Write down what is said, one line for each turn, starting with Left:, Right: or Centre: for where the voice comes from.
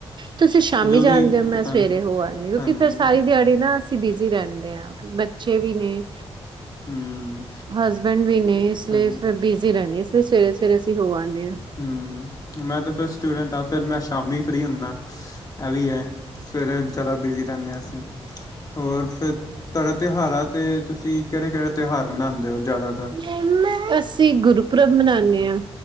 Right: ਤੁਸੀਂ ਸ਼ਾਮੀ ਜਾਣਦੇ
Left: ਵੀ
Right: ਹੋ ਮੈਂ
Left: ਡਿਪੈਂਡ
Right: ਸਵੇਰੇ ਹੋ ਆਂ ਨੀ ਕਿਉਂਕਿ
Left: ਹਾਂਜੀ
Right: ਫੇਰ ਸਾਰੀ ਦਿਹਾੜੀ ਨਾ ਅਸੀਂ ਬਿਜ਼ੀ ਰਹਿੰਦੇ ਹਾਂ ਬੱਚੇ ਵੀ ਨੇ
Left: ਹੂੰ
Right: ਹਸਬੈਂਡ ਵੀ ਨੇ ਇਸ ਲਈ
Left: ਹਾਂਜੀ
Right: ਫਿਰ ਬਿਜ਼ੀ ਰਹਿੰਦੇ ਇਸ ਲਈ ਸਵੇਰੇ ਸਵੇਰੇ ਅਸੀਂ ਹੋ ਆਂਨੇ ਹਾਂ।
Left: ਹ ਮ ਮੈਂ ਤੇ ਫੇਰ ਸਟੂਡੈਂਟ ਹਾਂ ਫੇਰ ਮੈਂ ਸ਼ਾਮੀ ਫ੍ਰੀ ਹੁਨਾ ਇਹ ਵੀ ਹੈ। ਸਵੇਰੇ ਜ਼ਿਆਦਾ ਬਿਜ਼ੀ ਰਹਿੰਦੇ ਹਾਂ ਅਸੀਂ ਹੋਰ ਫਿਰ ਤੁਹਾਡਾ ਤਿਉਹਾਰ ਤੇ ਤੁਸੀਂ ਕਿਹੜੇ ਕਿਹੜੇ ਤਿਉਹਾਰ ਮਨਾਉਂਦੇ ਹੋ। ਜ਼ਿਆਦਾਤਰ
Right: ਮੰਮਾ ਅਸੀਂ ਗੁਰਪਰਵ ਮਨਾਨੇ ਹਾਂ।